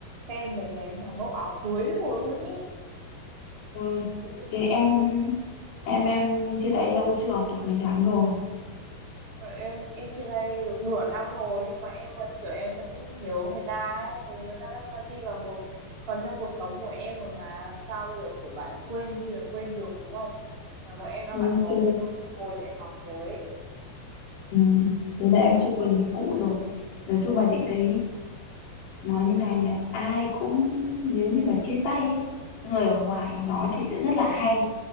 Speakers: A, on the right; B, on the left.
A: xem mấy cái mà mẫu áo cưới rồi luôn ý
B: Ôi,
A: Rồi tự nhiên
B: thế em em em chia tay lâu chưa? Được mấy tháng rồi.
A: rồi em em chia tay được nửa năm rồi nhưng mà em vẫn kiểu em vẫn nhớ người ta ấy tại vì người ta đã đi vào một phần trong cuộc sống của em rồi mà sao bây giờ kiểu bảo là quên đi là quên được đúng không mà bọn em đã
B: Nó
A: gắn bó
B: chưa.
A: với nhau từ hồi đại học rồi ấy
B: Ừ. Thế là em chưa quên cái cũ rồi. Nói chung là chị thấy nói như này nhỉ, ai cũng nếu như mà chia tay ấy, người ở ngoài nói thì sẽ rất là hay,